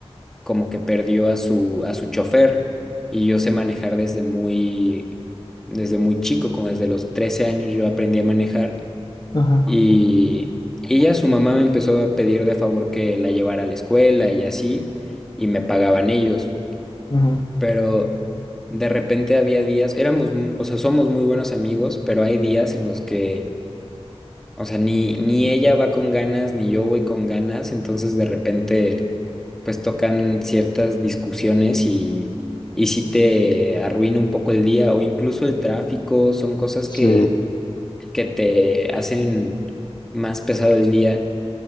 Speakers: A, in the centre; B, on the left (about 40°).
A: como que perdió a su, a su chofer y yo sé manejar desde muy, desde muy chico, como desde los 13 años yo aprendí a manejar
B: ajá,
A: y, y ya su mamá me empezó a pedir de favor que la llevara a la escuela y así, y me pagaban ellos,
B: ajá.
A: pero de repente había días, éramos, mu- o sea, somos muy buenos amigos, pero hay días en los que o sea, ni, ni ella va con ganas, ni yo voy con ganas, entonces de repente pues tocan ciertas discusiones y, y sí te arruina un poco el día o incluso el tráfico, son cosas
B: Sí,
A: que, que te hacen más pesado el día